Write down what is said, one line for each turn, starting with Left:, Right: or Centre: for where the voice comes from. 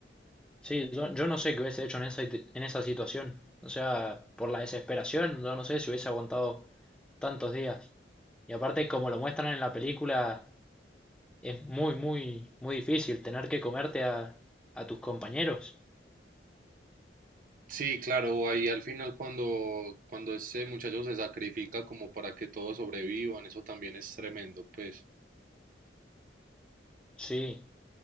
Centre: sí, yo, yo no sé qué hubiese hecho en esa, en esa situación. O sea, por la desesperación, yo no sé si hubiese aguantado tantos días. Y aparte, como lo muestran en la película, es muy, muy, muy difícil tener que comerte a, a tus compañeros.
Right: Sí, claro, ahí al final cuando, cuando ese muchacho se sacrifica como para que todos sobrevivan, eso también es tremendo, pues.
Centre: Sí,